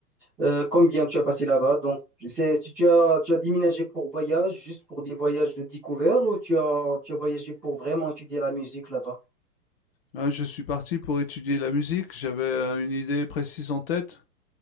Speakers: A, in the centre; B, on the left (about 40°).
A: euh, combien tu as passé là-bas? Donc, c'est, si tu as, tu as déménagé pour voyage, juste pour des voyages de découverte, ou tu as, tu as voyagé pour vraiment étudier la musique là-bas?
B: Hein, Je suis parti pour étudier la musique. J'avais euh, une idée précise en tête.